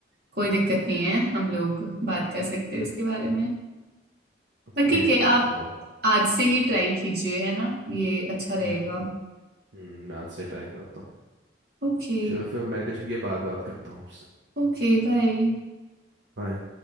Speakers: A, on the right (about 55°); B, on the right (about 75°).
A: कोई दिक्कत नहीं है हम लोग बात कर सकते हैं उसके बारे में
B: ओके
A: पर ठीक है आप
B: चलो
A: आज से ही ट्राई कीजिए है ना ये अच्छा रहेगा
B: हम्म हम्म, मैं आज से ट्राई करता हूँ
A: ओके
B: चलो फिर मेडिटेशन के बाद बात करता हूँ आपसे
A: Okay bye
B: बाय